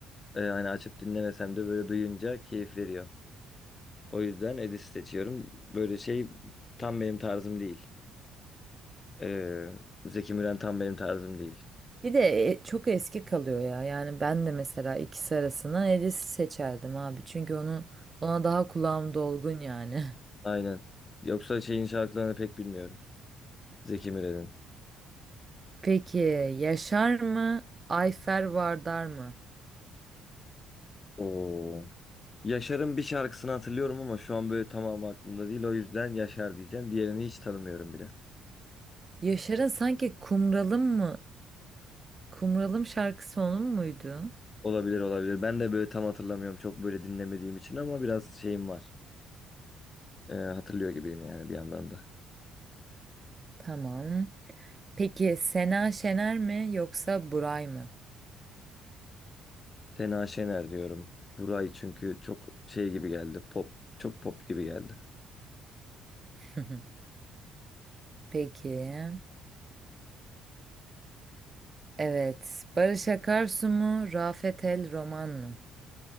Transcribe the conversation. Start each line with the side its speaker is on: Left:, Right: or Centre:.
Left: e, hani açıp dinlemesem de böyle duyunca keyif veriyor. O yüzden Edis seçiyorum. Böyle şey tam benim tarzım değil. Ee, Zeki Müren tam benim tarzım değil.
Right: Bir de e, çok eski kalıyor ya. Yani ben de mesela ikisi arasından Elis'i seçerdim abi. Çünkü onu ona daha kulağım dolgun yani. <laughs>
Left: Aynen. Yoksa şeyin şarkılarını pek bilmiyorum. Zeki Müren'in.
Right: Peki Yaşar mı? Ayfer Vardar mı?
Left: Oo. Yaşar'ın bir şarkısını hatırlıyorum ama şu an böyle tamamı aklımda değil. O yüzden Yaşar diyeceğim. Diğerini hiç tanımıyorum bile.
Right: Yaşar'ın sanki Kumralım mı? Kumralım şarkısı onun muydu?
Left: Olabilir olabilir. Ben de böyle tam hatırlamıyorum. Çok böyle dinlemediğim için ama biraz şeyim var. Ee, hatırlıyor gibiyim yani bir yandan da.
Right: Tamam. Peki Sena Şener mi yoksa Buray mı?
Left: Sena Şener diyorum. Buray çünkü çok şey gibi geldi. Pop, çok pop gibi geldi.
Right: <laughs> Peki. Evet. Barış Akarsu mu? Rafet El Roman mı?